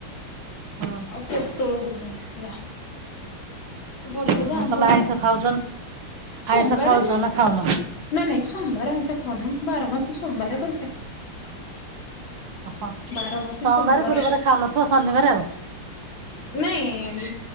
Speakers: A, on the right; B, on the left.
A: ହଁ।
B: ଆଉ ପୋଟଳ ଭଜା ହେଇଥିଲା। ବଡି ଭଜା
A: ଓହୋ
B: ଆମ୍ବ
A: ତମେ ଆଇଁଷ ଖାଉଛ ଆଇଁଷ
B: ସୋମବାରେ
A: ଖାଉଛ
B: ମୋର
A: ନା ଖାଉନ?
B: ନା ନାଇଁ ସୋମବାର ଆଇଁଷ <unintelligible> ବାରମାସ ସୋମବାରେ କରୁଚେ।
A: ଓହୋ
B: ବାରମାସୀ
A: ସୋମବାରେ
B: ସୋମବାର
A: ଗୁରୁବାରେ ଖାଉନଥିବ ଶନିବାରେ ଆଉ
B: ନାଇଁ